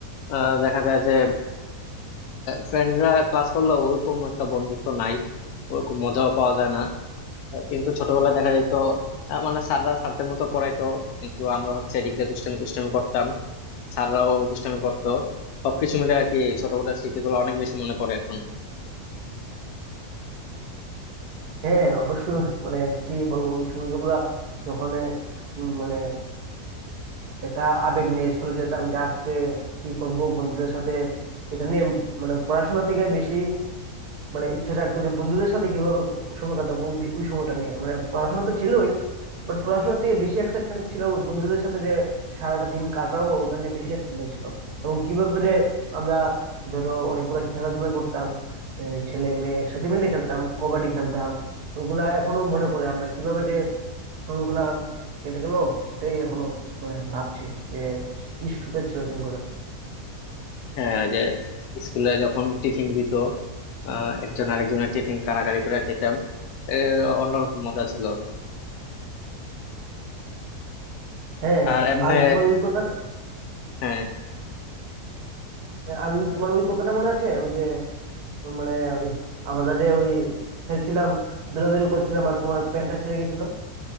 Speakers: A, on the left (about 80°); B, on the right (about 80°).
A: আহ, দেখা যায় যে ফ্রেন্ডরা ক্লাস করলেও ওরকম একটা বন্ধুত্ব নাই ওরকম মজাও পাওয়া যায় না আহ, কিন্তু ছোটবেলায় দেখা যেত আহ, মানে স্যাররা স্যারদের মতো পড়াইতো কিন্তু আমরা হচ্ছে এদিক দিয়ে দুষ্টামি দুষ্টামি করতাম স্যাররাও দুষ্টামি করতো সবকিছু মিলে আর কি ছোটবেলার স্মৃতিগুলো অনেক বেশি মনে পড়ে এখন
B: হ্যাঁ অবশ্য মানে কি বলবো ওই সময়গুলা যখন এ, উম, মানে একা আবেগ নিয়ে স্কুলে যেতাম যে আজকে কি করব বন্ধুদের সাথে এটা নিয়ে মানে পড়াশোনা থেকে বেশি মানে ইচ্ছা রাখতো যে বন্ধুদের সাথে কিভাবে সময় কাটাবো ওই দি- ওই সময়টা নিয়ে মানে পড়াশোনা তো ছিলই বাট পড়াশোনার থেকে বেশি এক্সাইটমেন্ট ছিল ওই বন্ধুদের সাথে যে সারাটা দিন কাটাবো ওটা নিয়ে বেশি এক্সাইটমেন্ট ছিল এবং কিভাবে যে আমরা ধরো অনেকগুলা খেলাধুলা করতাম এই ছেলে মেয়ে একসাথে মিলে খেলতাম কবাডি খেলতাম ওইগুলা এখনো মনে পড়ে আমরা কিভাবে যে সময়গুলা কেটে গেল সেটাই এখনো মানে ভাবছি যে কি সুখের ছিল দিনগুলা
A: হ্যাঁ ওই যে স্কুলে যখন টিফিন দিত আহ একজন আরেকজনের টিফিন কাড়াকাড়ি করে খেতাম এ, অন্যরকম মজা ছিল
B: হ্যাঁ
A: আর এমনি
B: আর তোমার ওই কথা
A: হ্যাঁ
B: আর ওই তোমার ওই কথাটা মনে আছে ওই যে মানে ওই আমরা যে ওই খেলছিলাম দৌড়াদৌড়ি করছিলাম আর তোমার প্যান্টটা ছিঁড়ে গেছিল